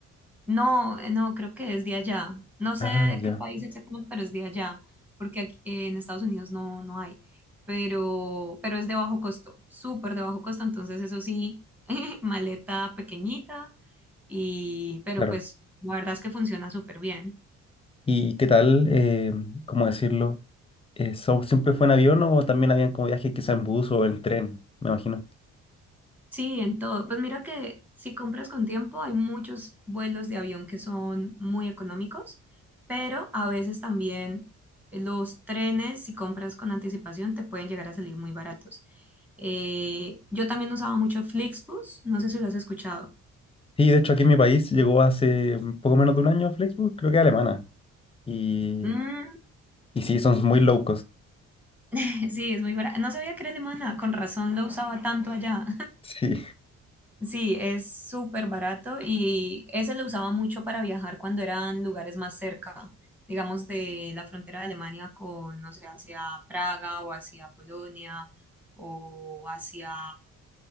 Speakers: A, in the centre; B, on the left (about 20°).
A: No, eh, no, creo que es de allá. No sé
B: Ah,
A: de
B: ya,
A: qué país exactamente, pero es de allá, porque aquí eh, en Estados Unidos no, no hay, pero, pero es de bajo costo, súper de bajo costo, entonces eso sí, <laughs> maleta pequeñita, y, pero
B: claro.
A: pues la verdad es que funciona súper bien.
B: ¿Y qué tal, eh, cómo decirlo? Eh, ¿so- ¿siempre fue en avión o también habían como viajes quizá en bus o en tren? Me imagino.
A: Sí, en todo. Pues mira que si compras con tiempo, hay muchos vuelos de avión que son muy económicos, pero a veces también los trenes, si compras con anticipación, te pueden llegar a salir muy baratos. Eh, yo también usaba mucho Flixbus, no sé si lo has escuchado.
B: Sí, de hecho aquí en mi país llegó hace un poco menos de un año Flixbus, creo que alemana. Y,
A: Mm,
B: y sí, son muy low cost.
A: <laughs> sí, es muy barato. No sabía que era alemana, con razón lo usaba tanto allá.
B: <laughs> Sí,
A: Sí, es súper barato y ese lo usaba mucho para viajar cuando eran lugares más cerca, digamos de la frontera de Alemania con, no sé, hacia Praga o hacia Polonia o hacia,